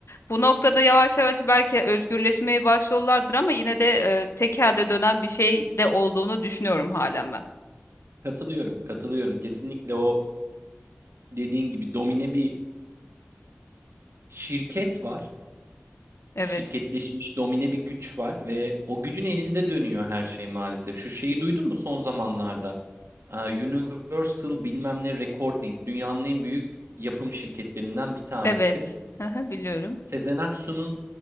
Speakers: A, on the left; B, on the right.
A: Bu noktada yavaş yavaş belki özgürleşmeye başlıyorlardır ama yine de eee, tek dönen bir şey de olduğunu düşünüyorum halen ben.
B: Katılıyorum, katılıyorum. Kesinlikle o dediğin gibi domine bir şirket var.
A: Evet.
B: şirketleşmiş domine bir güç var ve o gücün elinde dönüyor her şey maalesef. Şu şeyi duydun mu son zamanlarda? Ee, Universal bilmem ne Recording dünyanın en büyük yapım şirketlerinden bir tanesi.
A: Evet. Hı hı, Biliyorum.
B: Sezen Aksu'nun